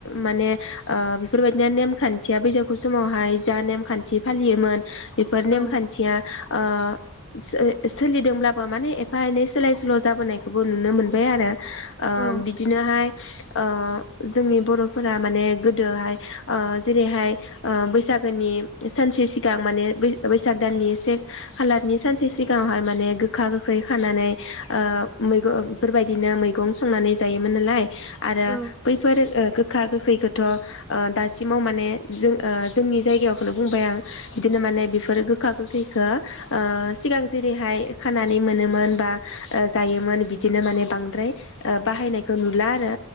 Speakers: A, on the left; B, in the centre.
A: माने ओ बिफोरबायदिनो नेमखान्थिया बैसागु समावहाय जा नेमखान थि फालियोमोन बेफोर नेमखान्थिया
B: औ
A: बोलि सोलिदोंब्लाबो माने एफा एनै सोलाय सोल' जाबोनायखौबो नुनो मोनबाय आरो ओ
B: औ
A: बिदिनोहाय ओ जोंनि बर'फोरा माने गोदोहाय ओ जेरैहाय ओ बैसागोनि सानसे सिगां माने बै बैसाग दाननि से खालारनि सानसे सिगांहाय माने गोखा गोखै खानानै ओ मैगो बिफोरबायदिनो मैगं संनानै जायोमोन नालाय आरो
B: औ
A: बैफोर ओ गोख खा गोखैखोथ' ओ दासिमाव माने जों ओ जोंनि जायगायाव बुंबाय आं बिदिनो माने बिफोर गोखा गोखैखो ओ सिगां जेरैहाय खानानै मोनोमोन बा जायोमोन बिदिनो माने बांद्राय ओ बाहायनायखो नुला आरो